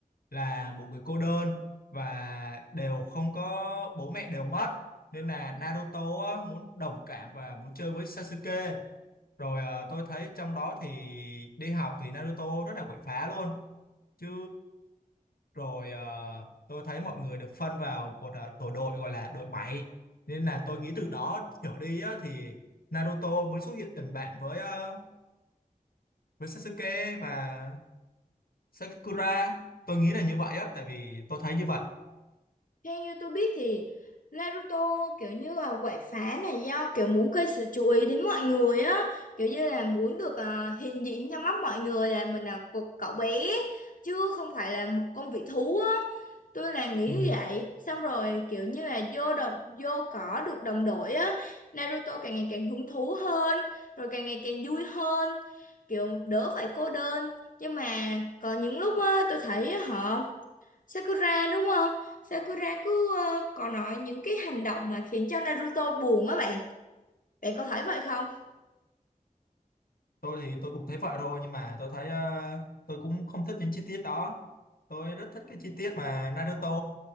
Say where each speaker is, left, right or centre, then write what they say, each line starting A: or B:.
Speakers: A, on the left (about 85°); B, on the left (about 65°).
A: là một người cô đơn và đều không có bố mẹ đều mất nên là Naruto á, muốn đồng cảm và muốn chơi với Sasuke rồi ờ, tôi thấy trong đó thì đi học thì Naruto rất là quậy phá luôn chứ rồi à, tôi thấy mọi người được phân vào một à, tổ đội gọi là đội bảy nên là tôi nghĩ từ đó trở đi á, thì Naruto mới xuất hiện tình bạn với à, với Sasuke và Sakura tôi nghĩ là như vậy á tại vì tôi thấy như vậy
B: Theo như tôi biết thì Naruto kiểu như là quậy phá này do kiểu muốn gây sự chú ý đến mọi người á, kiểu như là muốn được à, hiện diện trong mắt mọi người là mình là một cậu bé chứ không phải là một con vị thú á. Tôi là nghĩ
A: Ừ.
B: như vậy, xong rồi kiểu như là vô đồng vô cỏ được đồng đội á, Naruto càng ngày càng hứng thú hơn, rồi càng ngày càng vui hơn, kiểu đỡ phải cô đơn. Nhưng mà có những lúc á tôi thấy á họ Sakura đúng không? Sakura cứ ờ, có nói những cái hành động mà khiến cho Naruto buồn á bạn. Bạn có thấy vậy không?
A: tôi thì tôi cũng thấy vậy thôi nhưng mà tôi thấy ờ, tôi cũng không thích những chi tiết đó tôi rất thích cái chi tiết mà Naruto